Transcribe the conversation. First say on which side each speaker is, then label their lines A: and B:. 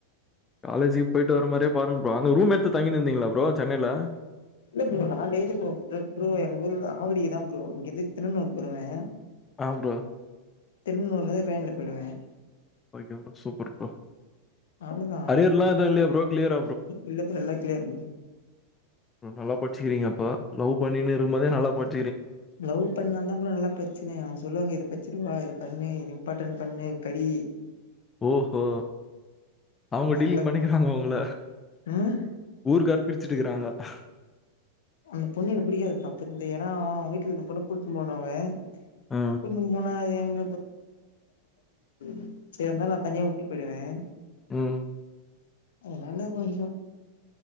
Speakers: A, on the left; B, on the left.
A: காலேஜுக்கு போயிட்டு வர மாரியேப் பாருங்க ப்ரோ அங்க ரூம் எடுத்து தங்கிருந்தீங்களா ப்ரோ சென்னையில
B: இல்ல ப்ரோ நா டெய்லி போவே ப்ரோ எங்கூர்ல ஆவடிக்கு தா ப்ரோ இங்கருந்து திருநூருக்கு வருவே
A: ஆ ப்ரோ
B: திருநூர்லேந்து ட்ரெயின்ல போயிடுவே
A: ஓகே ப்ரோ சூப்பர் ப்ரோ
B: அவ்ளோதா
A: அரியர்லா எதூ இல்லயே ப்ரோ க்ளியர
B: இல்ல ப்ரோ எல்லா க்ளியர் ப்ரோ
A: நல்லா படிச்சிருக்கீங்கப்போ லவ் பண்ணின்னு இருக்கும்போதே நல்லா படி
B: லவ் பண்ணால் தா நல்லா படிச்சினு அவுங்க சொல்லுவாங்க இது படிச்சிருவா இது பண்ணு இது இம்பார்டன்ட் பண்ணு படி
A: ஓஹோ அவங்க
B: நல்ல
A: டீலிங் பண்ணிக்கிறாங்க
B: பொண்
A: உங்கள
B: ம்
A: ஊருக்கார் பிரிச்சுட்டுக்கறாங்க ஆ <inaudible>
B: அந்த பொண்ணு எனக்கு பிடிக்காது ப்ரோ அப்பந்து ஏனா அவுங்க வீட்லருந்து பொண்ணு கூட்டு போனா அவ
A: ஆ.
B: கூட்டு போனா அது எங் <unintelligible> செர்ந்தா நா தனியா விட்டு போயிடுவே
A: ம்
B: அத்னால கொஞ்சோ